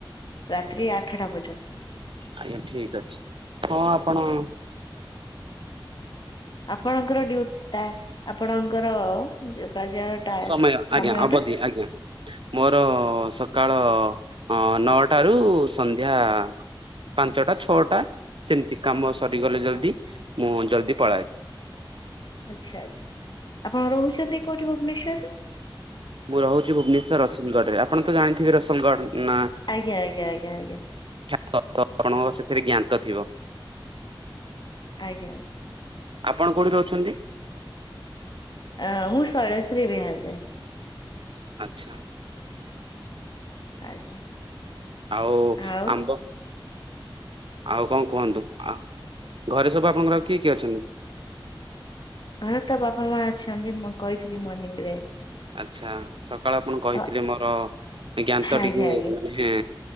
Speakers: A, on the left (about 55°); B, on the right (about 70°).
A: ରାତ୍ରି ଆଠଟା ପର୍ଯ୍ୟନ୍ତ।
B: ଆଜ୍ଞା ଠିକ ଅଛି ହଁ ଆପଣ
A: ଆପଣଙ୍କର ଡିୟୁଟି ଟା ଆପଣଙ୍କର ଯୋଗାଯା ଟା
B: ସମୟ
A: ସମୟ
B: ଆଜ୍ଞା ଅବଧି
A: ଟା
B: ଆଜ୍ଞା। ମୋର ସକାଳ ନଅଟାରୁୁ ସନ୍ଧ୍ୟା ପାଞ୍ଚଟା ଛଅଟା ସେମିତି କାମ ସରିଗଲେ ଜଲ୍ଦି ମୁଁ ଜଲ୍ଦି ପଳାଏ।
A: ଆଛା ଆଛା ଆପଣ ରହୁଛନ୍ତି କୋଉଠି ଭୁବନେଶ୍ୱର ରେ?
B: ମୁଁ ରହୁଛି ଭୁବନେଶ୍ୱର ରସୁଲଗଡ ରେ ଆପଣ ତ ଜାଣିଥିବେ ରସଲଗଡ ନା?
A: ଆଜ୍ଞା ଆଜ୍ଞା ଆଜ୍ଞା ଆଜ୍ଞା।
B: ଶିକ୍ଷା ଆପଣଙ୍କ ସେଥିରେ ଜ୍ଞାତ ଥିବ?
A: ଆଜ୍ଞାଜ୍ଞା।
B: ଆପଣ କୋଉଠି ରହୁଛନ୍ତି?
A: ଅ ମୁଁ ଶୈଳଶ୍ରୀ ବିହାରରେ।
B: ଆଚ୍ଛା।
A: ଆଜ୍ଞା।
B: ଆଉ
A: ଆଉ
B: ଆମ୍ବ ଆଉ କଣ କୁହନ୍ତୁ ଆ ଘରେ ସବୁ ଆପଣଙ୍କର ଆଉ କିଏ କିଏ ଅଛନ୍ତି?
A: ଘରେ ତ ବାପା ମା ଅଛନ୍ତି ମୁଁ କହିଥିଲି ମର୍ଣିିଂ ରେ
B: ଆଚ୍ଛା ସକାଳ ଆପଣ କହିଥିଲେ
A: ଅ
B: ମୋର ଜ୍ଞାତ
A: ଆଜ୍ଞା
B: ଟିକେ
A: ଆଜ୍ଞା
B: ମାନେ